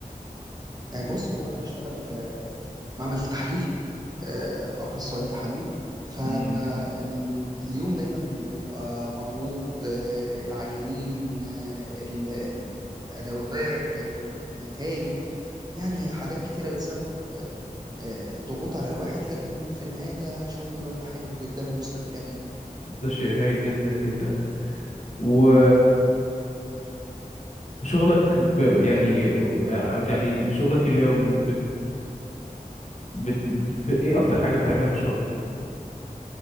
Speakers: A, on the right (about 25°); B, on the left (about 50°).
A: آه، بص هو أنا بشتغل في معمل تحليل آه، أخصائي تحاليل فاليوم
B: امم
A: دايما بيبقى مضغوط آه، العيانين آه، ال- ال- الأدوات النتائج يعني حاجات كتيرة بتسبب آه، ضغوط على الواحد لكن في النهاية ده شغلي وأنا بحبه جدا ومستمتع بيه
B: ده شيء هايل جدا جدا و وشغلك ب... يعني آه، يعني شغلك اليومي بت... بت... بت... ايه اكتر حاجة بتعملها في شغلك